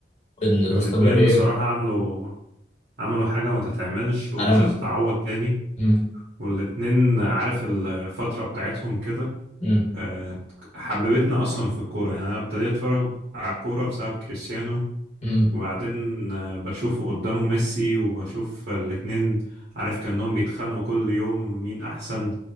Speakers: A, on the left; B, on the right.
A: ان الاستمراريه
B: الاتنين بصراحة عملوا عملوا حاجة ما تتعملش ومش
A: انا
B: هتتعوض تاني
A: مم.
B: والاتنين عارف الفترة بتاعتهم كده
A: مم.
B: آه، حببتنا أصلا في الكورة يعني أنا ابتديت أتفرج على الكورة بسبب كريستيانو
A: مم.
B: وبعدين آه، بشوفه قدامه ميسي وبشوف الاتنين عارف كأنهم بيتخانقوا كل يوم مين أحسن